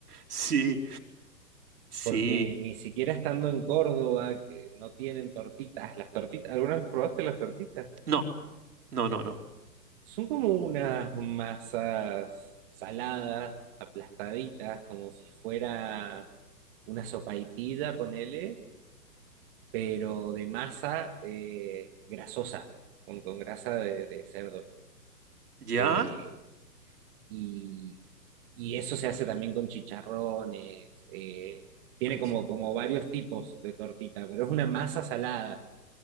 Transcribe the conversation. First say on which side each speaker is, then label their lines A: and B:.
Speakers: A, on the right; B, on the right.
A: Sí, sí.
B: porque ni siquiera estando en Córdoba, que no tienen tortitas, las tortitas, ¿alguna vez probaste las tortitas?
A: No, no, no, no.
B: Son como unas masas saladas, aplastaditas, como si fuera una sopaipilla, ponele, pero de masa eh, grasosa, con, con grasa de de cerdo.
A: Ya,
B: Eh, y, y eso se hace también con chicharrones, eh, tiene
A: buenísimo.
B: como, como varios tipos de tortita, pero es una masa salada,